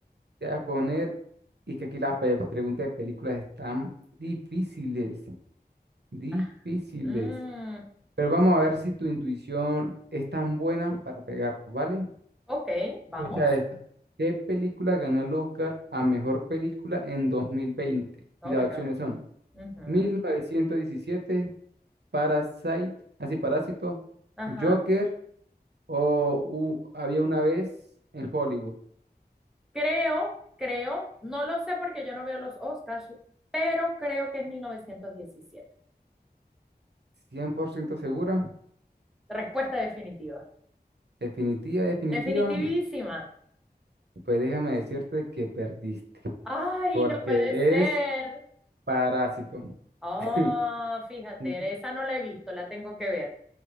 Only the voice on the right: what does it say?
Te voy a poner, y que aquí las pe- preguntas de películas están difíciles, difíciles.
Pero vamos a ver si tu intuición es tan buena para pegarlas, ¿vale?
Escucha esta. ¿Qué película ganó el Oscar a mejor película en dos mil veinte Y
las
opciones
son
mil novecientos diecisiete Parasite, así Parásito.
Joker, O u- había una vez en Hollywood,
cien por ciento segura,
definitiva, definitiva,
pues déjame decirte que perdiste,
porque
es Parásito.
<laughs>
Ujú.